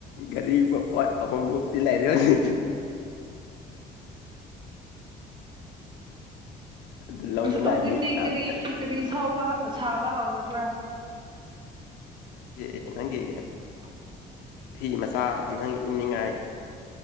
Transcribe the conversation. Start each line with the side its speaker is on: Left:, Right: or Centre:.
Left: ꯒꯥꯔꯤ ꯃꯄꯣꯠ ꯑꯍꯨꯝꯃꯨꯛꯇꯤ ꯂꯥꯏꯔꯅꯤ ꯑꯗꯨ ꯂꯧꯅꯤꯡꯉꯥꯏ
Right: ꯑ ꯍꯧꯖꯤꯛꯇꯤ
Left: ꯃꯤ ꯀꯅꯥꯃꯇ
Right: ꯀꯔꯤ ꯀꯔꯤ ꯁꯥꯎꯕ ꯁꯥꯕ ꯍꯧꯔꯕ꯭ꯔꯥ
Left: ꯦ ꯅꯪ ꯀꯦꯒꯦ <inaudible>
Right: <unintelligible>
Left: ꯐꯤ ꯃꯆꯥ ꯅꯪ ꯏꯅꯤꯡꯉꯥꯏ